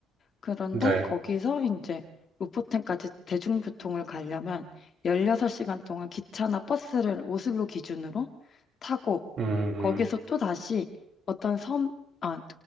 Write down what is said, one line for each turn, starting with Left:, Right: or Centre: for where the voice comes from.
Left: 그런데
Right: 네.
Left: 거기서 이제 로포텐까지 대중교통을 가려면 16시간 동안 기차나 버스를 오슬로 기준으로 타고
Right: 음, 음,
Left: 거기서 또 다시 어떤 섬, 아,